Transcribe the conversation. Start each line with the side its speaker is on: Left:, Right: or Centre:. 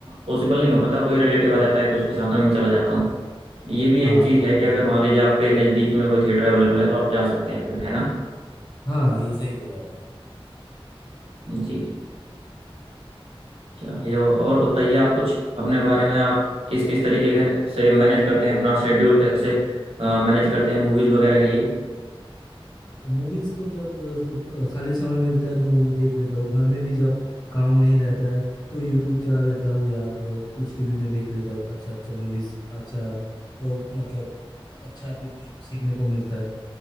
Right: पॉसिबल नहीं हो पाता कोई रिलेटिव आ जाता है तो उसके साथ में मैं चला जाता हूँ ये भी
Left: हाँ
Right: एक चीज़
Left: हाँ
Right: है कि अगर मान लीजिए आपके नज़दीकी में कोई थिएटर अवेलेबल है तो आप जा सकते हैं फिर है ना
Left: हाँ, ये सही बोला आपने
Right: जी चलिए और बताइए आप कुछ अपने बारे में आप किस किस तरीके के से मैनेज करते हैं अपना शेड्यूल कैसे मैनेज करते हैं मूवीज़ वगैरह के लिए
Left: मूवीज तो जब अ, ख- खाली समय मिलता है तो मूवीज देख लेता हूँ घर में भी जब काम नहीं रहता है तो यूट्यूब चला लेता हूँ या अ, कुछ टीवी में देख लेता हूँ अच्छा अच्छा मूवीज अच्छा अ, मतलब अच्छा कुछ सीखने को मिलता है